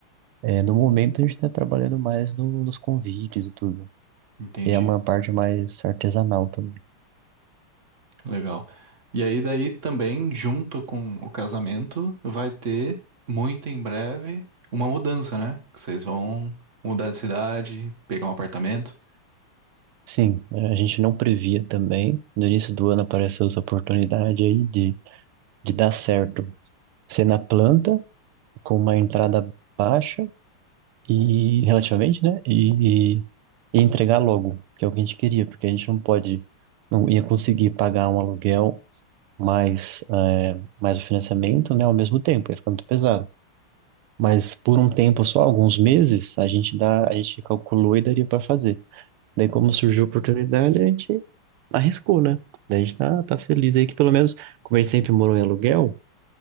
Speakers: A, on the right (about 85°); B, on the right (about 40°).
A: É, no momento a gente está trabalhando mais no- nos convites e tudo,
B: Entendi.
A: que é uma parte mais artesanal também.
B: Legal. E aí, daí também, junto com o casamento, vai ter muito em breve uma mudança, né? Que vocês vão mudar de cidade, pegar um apartamento.
A: Sim, a gente não previa também. No início do ano apareceu essa oportunidade aí de, de dar certo ser na planta, com uma entrada baixa e relativamente, né? E, e entregar logo, que é o que a gente queria, porque a gente não pode, não ia conseguir pagar um aluguel mais, eh, mais o financiamento, né? Ao mesmo tempo, ia ficar muito pesado. Mas por um tempo só, alguns meses, a gente dá, a gente calculou e daria para fazer. Daí, como surgiu a oportunidade, a gente arriscou, né? Daí a gente tá, tá feliz aí que pelo menos, como a gente sempre morou em aluguel,